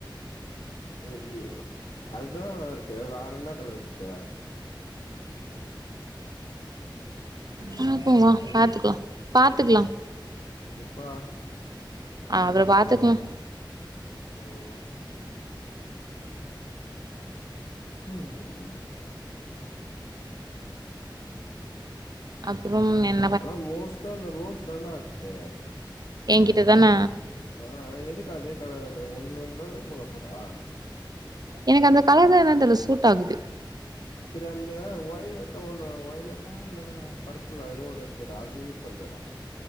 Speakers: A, on the left; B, on the right.
A: ம் அதுதாருக்கு வேறென்ன கலருக்கி
B: பாப்போமா பாத்துக்லாம்
A: ம்
B: பாத்துக்லாம்
A: எப்பா
B: அபுறோ பாத்துக்னு
A: ஹ ம் அஸ்
B: அப்புறம் என்
A: ஆனா மோஸ்டா இந்த ரோஸ் தாண்டா இருக்கு
B: என்கிட்ட
A: ம்
B: தான
A: ஆ எதுக்கு அதே கலர்ல ஒண்ணு இருந்தாலே போதா தாடா
B: எனக்கு அந்த கலர் தா என்னனு தெர்ல சூட் ஆகுது
A: சரி அந்த ஒயலட்டா ஒண்ணு ஒயலட்டா இல்ல பர்பிளா ஏதோ ஒண்ணு எடுத்தடா அது யூஸ் பண்றியாடா